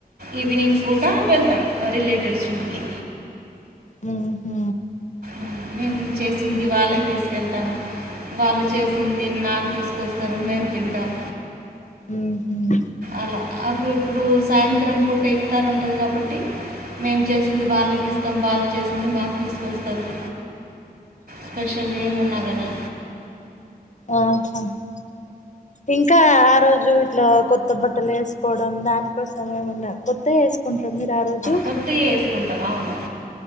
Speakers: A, on the right; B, on the left.
A: ఈవినింగ్ పూట వెళ్తాం మా రిలేటివ్స్ ఇంటికి
B: ఆ హ <inaudible>
A: ఉమ్, మేము చేసింది వాళ్ళకి తీసుకెళ్తాము వాళ్ళు చేసింది నాకు తీసుకొస్తారు మేము తింటాం
B: మ్ మ్
A: అలా అప్పు ఇప్పుడు సాయంత్రం పూట అలా ఇస్తారు ఉంటుంది కాబట్టి మేము చేసింది వాళ్ళకి ఇస్తాం వాళ్ళు చేసింది మాకు తీసుకొస్తారు స్పెషల్ ఏమున్నా కానీ
B: ఆకా <inaudible> ఇంకా ఆ రోజు ఇట్లా కొత్త బట్టలు వేసుకోవడం దాన్కోసమయం ఉన్న కొత్తగా వేసుకో కుంటహమీరు ఆ రోజు
A: కొత్తయి యేసుకుంటాం. అవును <inaudible>